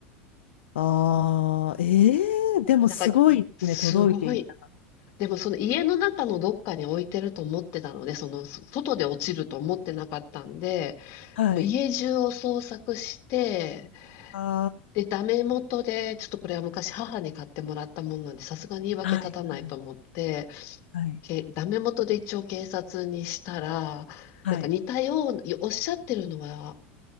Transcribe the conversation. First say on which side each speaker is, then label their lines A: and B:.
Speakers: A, on the left; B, on the left.
A: ーあー、あええでもすごいですね、
B: なんか、すごい。
A: 届いていた。
B: でもその家の中のどっかに置いてると思ってたので、そのそ外で落ちると思ってなかったんで、
A: はい。
B: もう家中を捜索して、
A: あ
B: で、ダメ元で、ちょっとこれは昔母に買ってもらったもんなんで、さすがに言い訳立たないと思って、
A: あ、はい、はい、はい、
B: け、ダメ元で一応警察にしたら、
A: はい。
B: なんか似たような、おっしゃってるのは